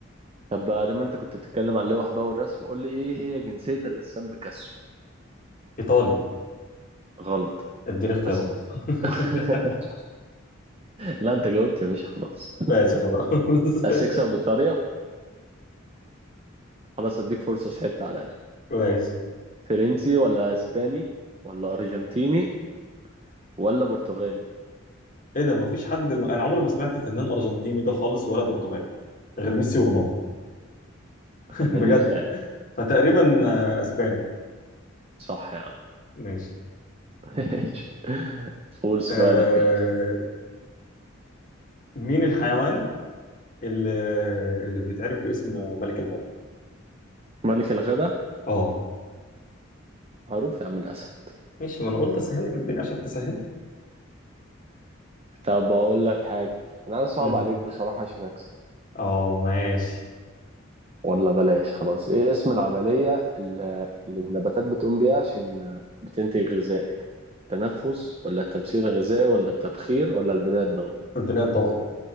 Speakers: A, on the right (about 30°); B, on the left (about 40°).
A: طب بقى دام انت كنت بتتكلم عن اللوح بقى والرسم قول لي ايه هي جنسية الرسام بيكاسو
B: ايطالي
A: غلط
B: اديني اختيارات
A: بس
B: <laughs>
A: <laughs> لا انت جاوبت يا باشا خلاص
B: ماشي خلاص
A: بس
B: <laughs>
A: اكسب بالطريقة خلاص اديك فرصة صعبت عليا
B: ماشي
A: فرنسي ولا اسباني ولا ارجنتيني ولا برتغالي
B: ايه ده مفيش حد انا عمري ما سمعت فنان ارجنتيني ده خالص ولا برتغالي غير ميسي ورونالدو <laughs>
A: فنانين
B: بجد
A: فعلا
B: فتقريبا آه، اسباني
A: صح يا عم
B: ماشي
A: <laughs> ماشي. قول سؤالك
B: آه...
A: يلا
B: مين الحيوان اللي اللي بيتعرف باسم ملك الغابة
A: ملك الغدا
B: اه
A: معروف يا عم الأسد
B: ماشي ما انا قلت اسهل لك الدنيا عشان تسهل
A: طب أقول لك حاجة أنا عايز أصعب
B: امم
A: عليك بصراحة عشان أكسب
B: اه ماشي
A: ولا بلاش خلاص إيه اسم العملية اللي اللي النباتات بتقوم بيها عشان بتنتج غذاء يعني التنفس ولا التمثيل الغذائي ولا التبخير ولا البناء الضوئي
B: الدنيا تدور